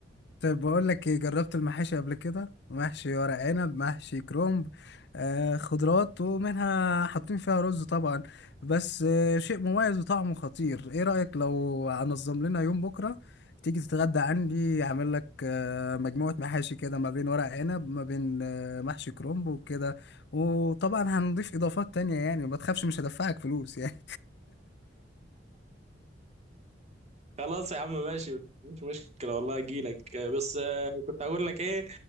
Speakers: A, on the left; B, on the right.
A: طيب بقول لك إيه، جربت المحاشي قبل كده محشي ورق عنب محشي كرومب آه خضروات ومنها حاطين فيها رز طبعا بس آه شيء مميز وطعمه خطير ايه رأيك لو هنظم لنا يوم بكرة تيجي تتغدى عندي اعمل لك آه مجموعة محاشي كده ما بين ورق عنب ما بين آه محشي كرومب وكده وطبعا هنضيف اضافات تانية يعني ما تخافش مش هدفعك فلوس يعني
B: خلاص يا عم ماشي مش مشكلة والله اجيلك آه، بس آه، كنت هقول لك ايه